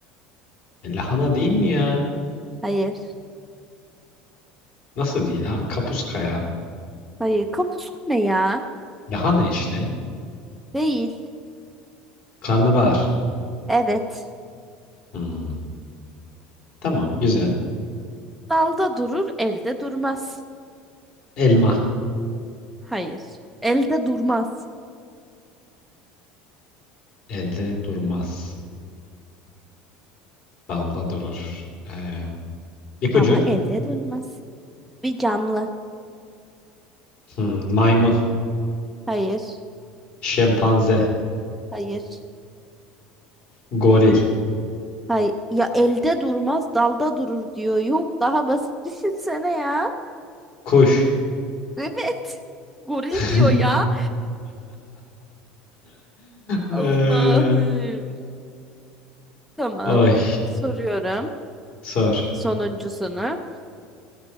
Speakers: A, on the left (about 45°); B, in the centre.
A: E, Lahana değil mi ya?
B: Hayır.
A: Nasıl değil abi? Kapuska ya.
B: Hayır. Kapuska ne ya?
A: Lahana işte.
B: Değil.
A: Karnabahar.
B: Evet.
A: Hmm. Tamam güzel.
B: Dalda durur, elde durmaz.
A: Elma.
B: Hayır. Elde durmaz.
A: Elde durmaz. Dalda durur. Ee, ipucu.
B: Ama elde durmaz. Bir canlı.
A: Hmm, Maymun.
B: Hayır.
A: Şempanze.
B: Hayır.
A: Goril.
B: Hay ya elde durmaz dalda durur diyor. Yok daha basit <laughs> düşünsene ya.
A: Kuş.
B: Evet. <laughs> Goril
A: <laughs>
B: diyor ya.
A: Ee,
B: Allah'ım. Tamam.
A: oy.
B: Soruyorum
A: Sor.
B: sonuncusunu.